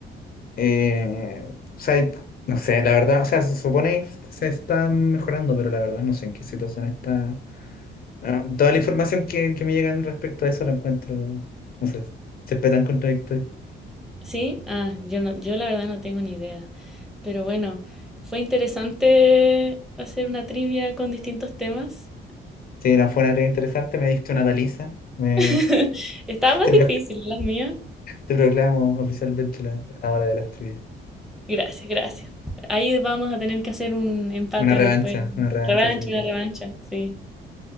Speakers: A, on the left; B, in the centre.
A: Eh, o sea, no sé, la verdad, o sea, se supone que se está mejorando, pero la verdad no sé en qué situación está. Ah, toda la información que, que me llegan respecto a eso la encuentro, no sé, siempre tan contradictoria.
B: Sí, ah, yo no, yo la verdad no tengo ni idea. Pero bueno, fue interesante hacer una trivia con distintos temas.
A: Sí, no, fue una red interesante, me diste una paliza, me-
B: <laughs> Estaba
A: <laughs>
B: más
A: te,
B: difícil
A: pro-
B: las mías.
A: te proclamo oficialmente la ganadora de las trivias.
B: Gracias, gracias. Ahí vamos a tener que hacer un empate
A: Una revancha,
B: después.
A: una revancha,
B: Revancha,
A: sí. sí.
B: una revancha, sí.